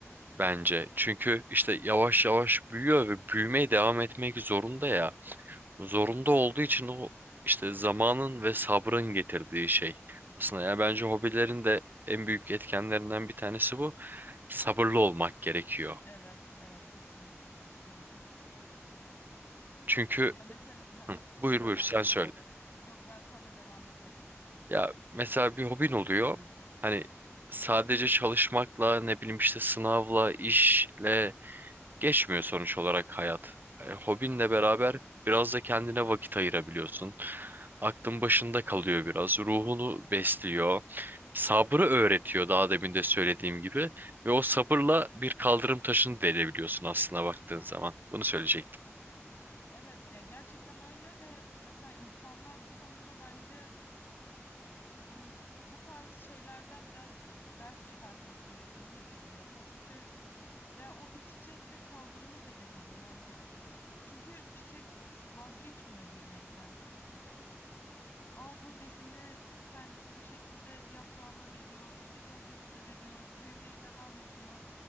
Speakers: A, on the right (about 40°); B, on the left (about 45°).
A: bence. Çünkü işte yavaş yavaş büyüyor ve büyümeye devam etmek zorunda ya. Zorunda olduğu için o işte zamanın ve sabrın getirdiği şey. Aslında ya bence hobilerin de en büyük etkenlerinden bir tanesi bu. Sabırlı olmak gerekiyor.
B: Evet, evet kesinlikle katılıyorum.
A: Çünkü
B: Ya mesela ha, söyle
A: buyur buyur
B: sen
A: sen
B: söyle.
A: söyle.
B: Yok ben sonra devam ederim.
A: Ya mesela bir hobin oluyor. Hani sadece çalışmakla ne bileyim işte sınavla, işle geçmiyor sonuç olarak hayat. E, hobinle
B: Tabii
A: beraber
B: ki.
A: biraz da kendine vakit ayırabiliyorsun. Aklın başında kalıyor biraz. Ruhunu besliyor. Sabrı öğretiyor daha demin de söylediğim gibi. Ve o sabırla bir kaldırım taşını delebiliyorsun aslında baktığın zaman. Bunu söyleyecektim.
B: Evet ya gerçekten öyle ve mesela insanlar bu konuda bence bu, bu tarz şeylerden birazcık ders çıkartması gerektiğini de düşünüyorum. Çünkü ya o bir çiçek ve kaldırımı delebiliyor. Hani çünkü çiçek vazgeçmiyor büyümekten. Aldığı besini kendisi bir şekilde yaprağına veriyor, işte gövdesine veriyor, büyümeye devam ediyor.